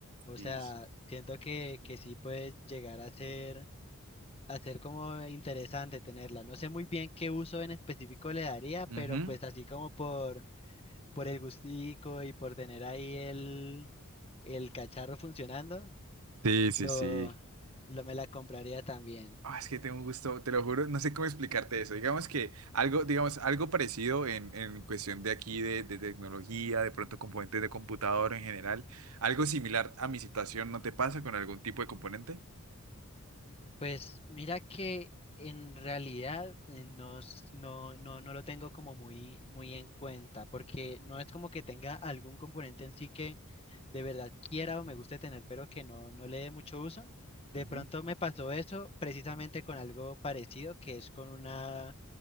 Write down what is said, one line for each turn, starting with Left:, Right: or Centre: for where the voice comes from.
Left: O
Right: Sí,
Left: sea,
Right: sí.
Left: siento que, que sí puede llegar a ser, a ser como interesante tenerla. No sé muy bien qué uso en específico le daría,
Right: Ujú.
Left: pero pues así como por por el gustico y por tener ahí el, el cacharro funcionando,
Right: Sí, sí,
Left: lo,
Right: sí.
Left: lo me la compraría también.
Right: Ah, es que tengo un gusto, te lo juro, no sé cómo explicarte eso. Digamos que algo, digamos, algo parecido en, en cuestión de aquí de, de tecnología, de pronto componentes de computador en general, algo similar a mi situación, ¿no te pasa con algún tipo de componente?
Left: Pues mira que en realidad eh, no, s- no, no, no lo tengo como muy, muy en cuenta, porque no es como que tenga algún componente en sí que de verdad quiera o me guste tener, pero que no, no le dé mucho uso. De
Right: Ujú.
Left: pronto me pasó eso precisamente con algo parecido, que es con una